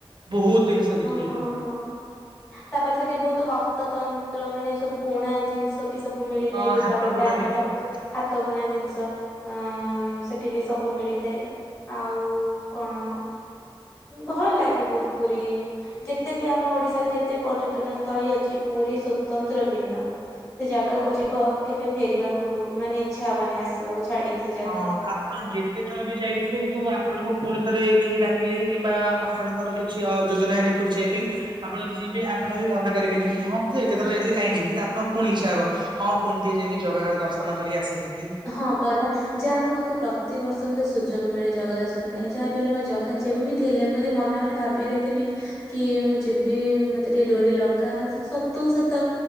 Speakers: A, on the right; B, on the left.
A: ବହୁତ ଜିନିଷ ବିକ୍ରି
B: ହଁ
A: ହଉଥିବ।
B: ହଁ। ତାପରେ ସେଠି ବହୁତ ହସ୍ତତନ୍ତ୍ର ମାନେ ଯୋଉ ବୁଣା ଜିନିଷ ବି ସବୁ ମିଳିଥାଏ
A: ହଁ
B: ଲୁଗାପଟା
A: ହାତ ବୁଣା
B: ଆମର।
A: ଜିନିଷ ସବୁ।
B: ହାତ ବୁଣା ଜିନିଷ ଅ ସେଠି ବି ସବୁ ମିଳିଥାଏ। ଆଉ କଣ ଭଲ ଲାଗେ ବହୁତ ପୁରୀ ଯେତେ ବି ଆମ ଓଡିଶାରେ ଯେତେ ବି ପର୍ଯ୍ୟଟନ ସ୍ଥଳୀ ଅଛି ପୁରୀ ସ୍ଵତନ୍ତ୍ର ଭିନ୍ନ। ସେ ଜାଗାକୁ ଯିବ କେବେ ଫେରିବାକୁ ମାନେ ଇଚ୍ଛା ହବନି ଆସିବାକୁ ଛାଡିକି। ସେ ଜାଗା।
A: ହଁ ଆପଣ ଯେତେ ଥରେ ବି ଯାଇଥିବେ କିନ୍ତୁ ଆପଣଙ୍କୁ ପୁଣି ଥରେ କେହି ଡାକିଲେ କିମ୍ବା ଆପଣଙ୍କର କିଛି ଯୋଜନା ହେଲେ ପୁର ଯିବା ପାଇଁ ଆପଣ ଯିବେ ଆପଣ ବି ମନା କରିବେନି କି ହଁ ଏତେ ଥର ଯାଇଥିଲି କାହିଁ ଯିବି କିନ୍ତ ଆପଣଙ୍କ ପୁଣି ଇଚ୍ଛା ହେବ ହଁ। ପୁଣି ଟିକଏ ଯାଇକି ଜଗା ଦର୍ଶନ କରି ଆସନ୍ତି କି?
B: ହଁ ପରା ଯାହା ହଉ ମତେ ପ୍ରତିବର୍ଷ ମତେ ସୁଯୋଗ ମିଳେ ଜଗା ଦର୍ଶନ ପାଇଁ ଯାହାବି ହେଲେ ମ ଜଗା ଯେମିତି ତି ହେଲେ ମୁଁ ଯି ମନେ ମନ ଭି ରହିଥିମି କି ମୁଁ ଯିବି ମତେ ଟିକେ ଡୋରି ଲଗା ସତକୁ ସତ